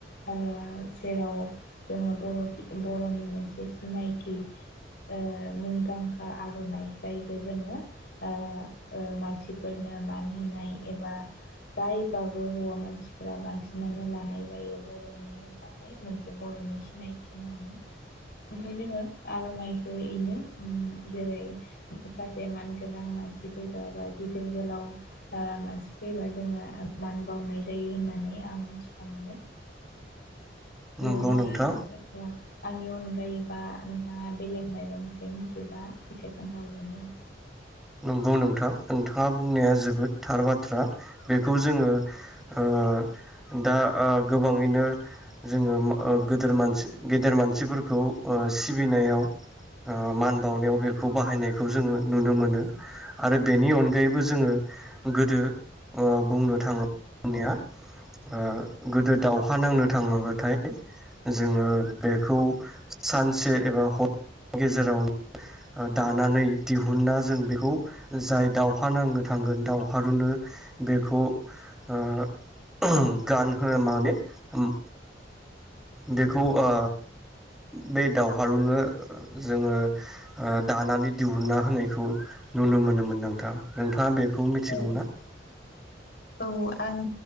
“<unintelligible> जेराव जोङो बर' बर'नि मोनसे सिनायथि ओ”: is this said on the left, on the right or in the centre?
Left